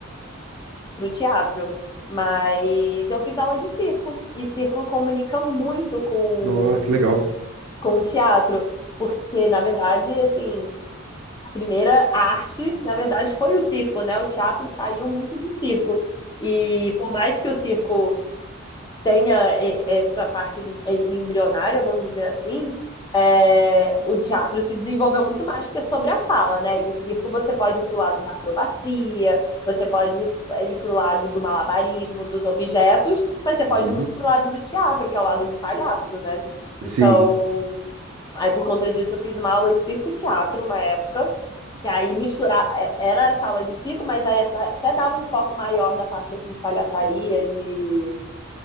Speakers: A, on the left (about 20°); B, on the right (about 70°).
A: pro teatro. Mas eu fiz aula de circo, e circo comunica muito com,
B: Nossa, que legal.
A: com o teatro, porque, na verdade, assim, a primeira arte, na verdade, foi o circo, né? O teatro saiu muito do circo. E por mais que o circo tenha e- essa parte em- embrionária, vamos dizer assim, é, o teatro se desenvolveu muito mais porque é sobre a fala, né? E o circo você pode ir para o lado da acrobacia, você pode ir para o lado do malabarismo, dos objetos, mas você pode
B: Uhum.
A: ir muito para o lado do teatro, que é o lado do palhaço, né? Então,
B: Sim.
A: aí por conta disso eu fiz uma aula de circo-teatro uma época, que aí misturar, é- era essa aula de circo, mas aí até, até dava um foco maior na parte assim de palhaçaria, de,